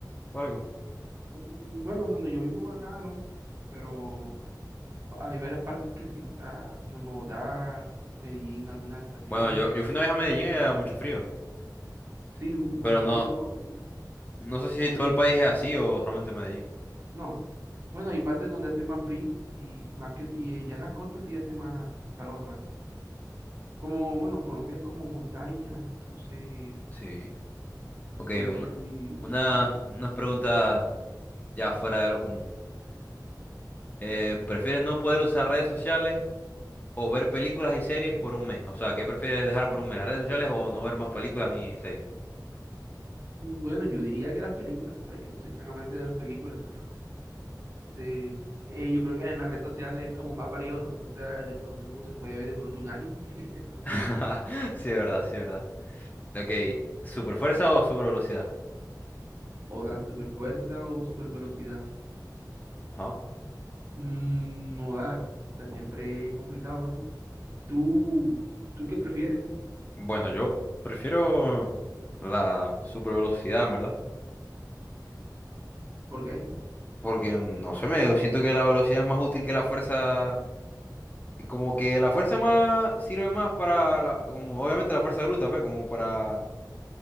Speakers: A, on the left; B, on the right.
A: o algo?
B: mm, Bueno, donde yo vivo acá, ¿no? Pero hay varias partes que sí, o sea, como en Bogotá, Medellín, algunas estaciones.
A: Bueno, yo, yo fui una vez a Medellín y había mucho frío.
B: Sí, m- como
A: Pero
B: más
A: no,
B: que todo,
A: no sé si
B: como
A: todo
B: en-
A: el país es así o solamente Medellín.
B: no. Bueno, hay partes donde hace más frío y más que y eh, ya en las costas sí hace más, más calor, más. Como, bueno, Colombia es como montaña, entonces,
A: Sí. Ok,
B: por eso
A: una,
B: que hay
A: una,
B: diferentes.
A: unas preguntas ya fuera de lo común. Eh, ¿prefieres no poder usar redes sociales o ver películas y series por un mes? O sea, ¿qué prefieres dejar por un mes? ¿Las redes sociales o no ver más películas ni series?
B: Bueno, yo diría que las películas, o sea, yo no soy tan amante de las películas, pero este, eh, yo creo que en las redes sociales es como más variado, ¿no? Entonces, ah, de pronto uno se puede ver de pronto un anime, <laughs> entonces,
A: <laughs> Sí, es verdad, sí, es verdad. Ok, ¿super fuerza o super velocidad?
B: o da super fuerza o super velocidad.
A: Ajá.
B: Mm, no da, o sea, siempre es complicado, ¿no? ¿Tú, tú qué prefieres?
A: Bueno, yo prefiero la super velocidad, en ¿verdad?
B: ¿Por qué?
A: Porque no sé, me siento que la velocidad es más útil que la fuerza. Como que la fuerza más sirve más para la- como obviamente la fuerza bruta, pues, como para